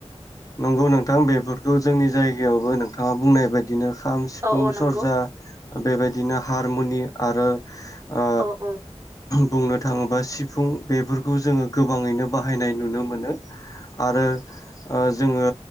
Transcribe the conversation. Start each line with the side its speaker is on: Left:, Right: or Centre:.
Left: नंगौ नोंथां बेफोरखौ जोंनि जायगायावबो नोंथाङा बुंनाय बायदिनो खाम सिफुं
Right: औ औ नंगौ
Left: सरजा बेबायदिनो हारमुनि आरो ओ
Right: अ औ
Left: बुंनो थाङोबा सिफुं बेफोरखौ जोङो गोबाङैनो बाहायनाय नुनो मोनो आरो आ जोङो